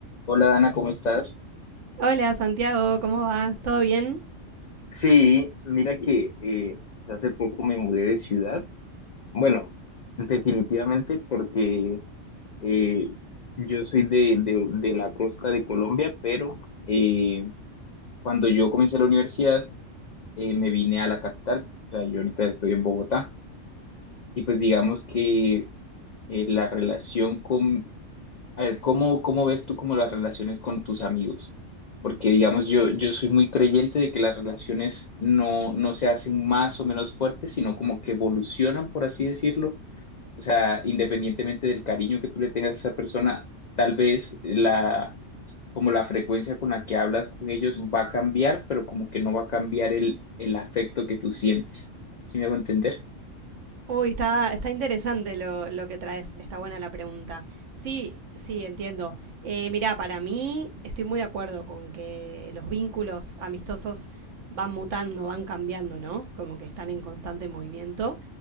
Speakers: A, on the left (about 60°); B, on the right (about 75°).
A: Hola Dana, ¿cómo estás?
B: Hola Santiago, ¿cómo va? ¿Todo bien?
A: Sí, mira que eh, hace poco me mudé de ciudad. Bueno, definitivamente porque eh, yo soy de, de- de la costa de Colombia, pero eh, cuando yo comencé la universidad eh, me vine a la capital. O sea, yo ahorita estoy en Bogotá y pues digamos que eh, la relación con A ver, ¿cómo, cómo ves tú como las relaciones con tus amigos? Porque, digamos, yo, yo soy muy creyente de que las relaciones no, no se hacen más o menos fuertes, sino como que evolucionan, por así decirlo. O sea, independientemente del cariño que tú le tengas a esa persona, tal vez la, como la frecuencia con la que hablas con ellos va a cambiar, pero como que no va a cambiar el, el afecto que tú sientes. ¿Sí me hago entender?
B: Uy, está, está interesante lo, lo que traes, está buena la pregunta. Sí, sí, entiendo. Eh, mirá, para mí estoy muy de acuerdo con que los vínculos amistosos van mutando, van cambiando, ¿no? Como que están en constante movimiento.